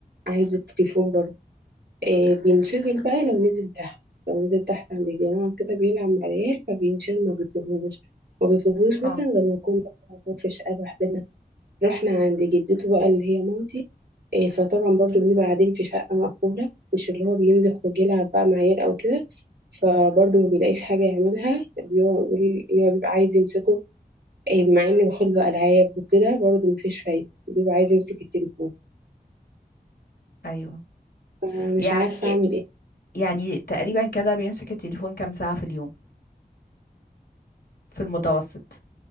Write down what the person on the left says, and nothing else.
اه
ايوه
يعني
يعني تقريبا كده بيمسك التليفون كام ساعة في اليوم في المتوسط